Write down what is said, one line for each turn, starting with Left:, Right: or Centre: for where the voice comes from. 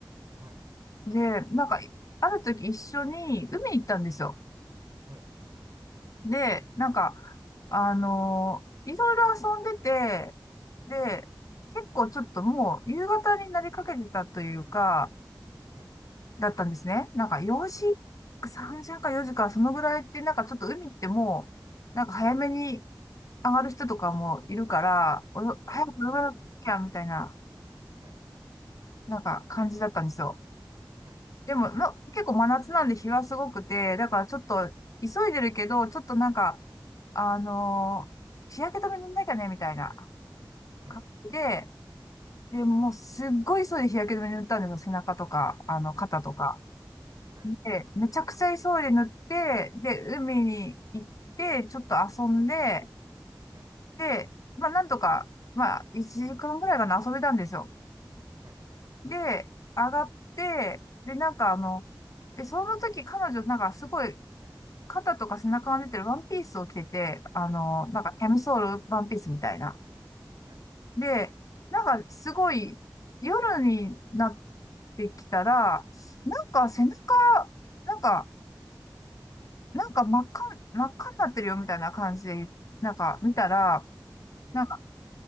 Right: はい、
Left: で、なんか、ある時一緒に海行ったんですよ。
Right: はい、
Left: で、なんか、あのーいろいろ遊んでて、で、結構ちょっともう夕方になりかけてたというか、
Right: はい、
Left: だったんですね。なんか4時、
Right: はい。
Left: 3時んか4時か、そのぐらいって、なんかちょっと海ってもう、なんか早めに上がる人とかもいるから、およ早く泳がなきゃみたいな、
Right: まあ、そうですね。はい、
Left: なんか感じだったんですよ。
Right: はい、
Left: でも、な、結構真夏なんで日はすごくて、だからちょっと急いでるけど、ちょっとなんか、あのー日焼け止め塗んなきゃね、みたいな
Right: はい、
Left: 感じで、で、もうすっごい急いで日焼け止め塗ったんですよ。背中とか、あの、肩とか。
Right: はい、はい、
Left: で、めちゃくちゃ急いで塗って、で、海に行って、ちょっと遊んで、
Right: はい、
Left: で、まあ、なんとか、まあ、1時間ぐらいかな、遊べたんですよ。
Right: はい、
Left: で、上がって、で、なんかあの、で、その時彼女、なんかすごい、肩とか背中が出てるワンピースを着てて、あの、なんかキャミソールワンピースみたいな。
Right: はいはい、
Left: で、なんかすごい、夜になってきたら、なんか背中、なんか、なんか真っ赤、真っ赤になってるよみたいな感じで、なんか見たら、
Right: はい、
Left: なんか、